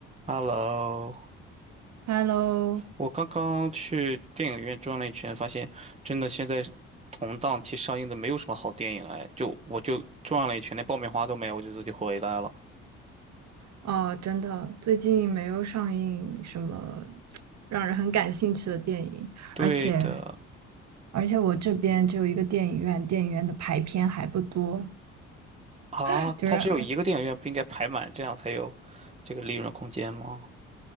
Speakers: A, on the right; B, on the right.
A: Hello，
B: Hello，
A: 我刚刚去电影院转了一圈，发现真的现在同档期上映的没有什么好电影哎，就我就转了一圈，连爆米花都没有，我就自己回来了。
B: 哦，真的，最近没有上映什么让人很感兴趣的电影，
A: 对的
B: 而且而且我这边只有一个电影院，电影院的排片还不多，
A: 啊，
B: <laughs> 就是
A: 它只有一个电影院，不应该排满，这样才有这个利润空间吗？